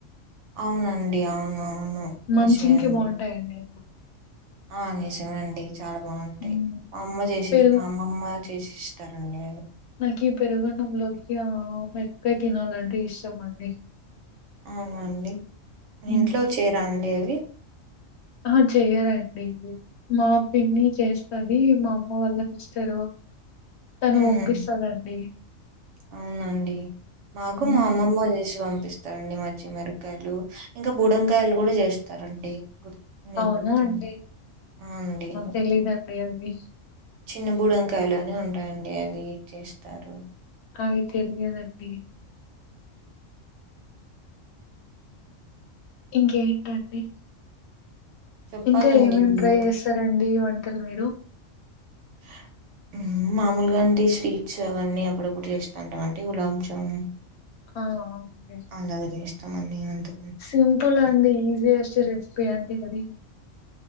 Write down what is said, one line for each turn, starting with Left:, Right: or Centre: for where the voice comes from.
Right: అవునండి అవునవును
Left: మంచింగ్
Right: నిజమే అండి.
Left: కి బాగుంటాయండి
Right: ఆ నిజమే అండి చాలా బాగుంటాయ్
Left: హ్మ్.
Right: మా అమ్మ చేసింది
Left: పెరుగు
Right: మా అమ్మ మా అమ్మ చేసి ఇస్తారండి
Left: నాకు ఈ పెరుగన్నంలోకి మిరపకాయ తినాలంటే ఇష్టం అండి
Right: అవునా అండి
Left: హ్మ్.
Right: ఇంట్లో చేయరాండి అవి
Left: ఆహా చేయరండి మా పిన్ని చేస్తది మా అమ్మ వాళ్ళ సిస్టర్ తను
Right: హుహు.
Left: పంపిస్తదండి
Right: అవునండి మాకు
Left: హ్మ్.
Right: మా అమ్మమ్మ చేసి పంపి స్తరండి మంచి మిరకాయలు ఇంకా బుడంకాయలు కూడా చేస్తారండి నీకు
Left: అవునా
Right: గుర్తుందా
Left: అండి?
Right: ఆ అండి
Left: తెలీదండి అవి.
Right: చిన్న బుడంకాయలు అని ఉంటాయండి అవి చేస్తారు
Left: అవి తెలియదండి ఇంకేంటండి
Right: చెప్పాలండి
Left: ఇంకా ఏమేమి
Right: మీరు.
Left: ట్రై చేస్తారండి వంటలు మీరు
Right: ఆ మామూలుగా అండి స్వీట్స్ అవన్నీ అప్పుడప్పుడు చేస్తు ఉంటాం అండి గులాబ్ జామూన్
Left: ఆ ఒకే
Right: పండగకి జేస్తామండి అంతే
Left: సింపుల్ అండి ఈజియస్ట్ రెసిపీ అండి అదిది